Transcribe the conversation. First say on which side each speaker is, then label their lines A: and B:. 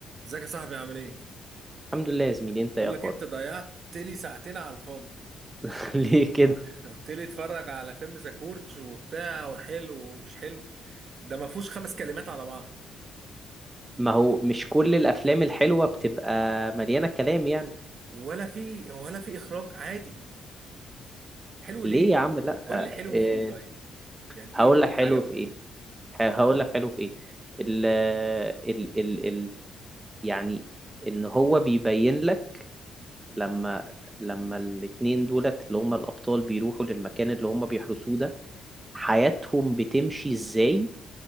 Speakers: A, on the right; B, on the right.
A: ازيك يا صاحبي عامل ايه؟
B: الحمد لله يا زميلي انت
A: بقول
B: ايه اخبارك
A: لك انت ضيعت لي ساعتين على الفاضي
B: <laughs> ليه كده
A: <laughs> قلت لي اتفرج على فيلم ساكورج وبتاع وحلو ومش حلو ده ما فيهوش خمس كلمات على بعض
B: ما هو مش كل الافلام الحلوه بتبقى مليانه كلام يعني
A: ولا في ولا في اخراج عادي حلو
B: ليه
A: ليه؟
B: يا عم لا
A: قول لي حلو
B: اه
A: في ايه طيب؟ يعني ايه
B: هقول
A: ايه
B: لك
A: اللي
B: حلو
A: عجبك
B: في ايه
A: فيه؟
B: ه- هقول لك حلو في ايه ال ال ال ال يعني ان هو بيبين لك لما لما الاتنين دولت اللي هما الابطال بيروحوا للمكان اللي هما بيحرسوه ده حياتهم بتمشي ازاي